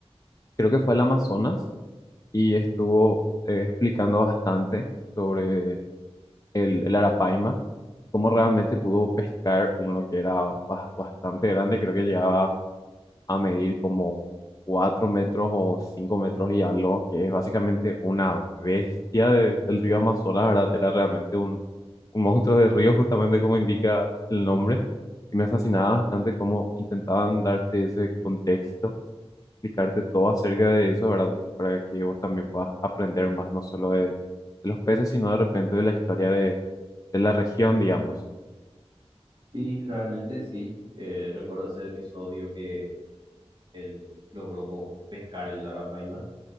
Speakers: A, on the left; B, on the right.
A: creo que fue al Amazonas y estuvo eh, explicando bastante sobre el, el arapaima, cómo realmente pudo pescar uno que era bas- bastante grande, creo que llegaba a medir como 4 metros o 5 metros y algo, que es básicamente una bestia de- del río Amazonas, ¿verdad? Era realmente un, un monstruo de río, justamente como indica el nombre. Y me fascinaba bastante cómo intentaban darte ese contexto explicarte todo acerca de eso, ¿verdad? Para que vos también puedas aprender más, no solo de, de los peces, sino de repente de la historia de, de la región, digamos.
B: Sí, realmente sí. Eh, recuerdo ese episodio que él logró co- pescar el arapaima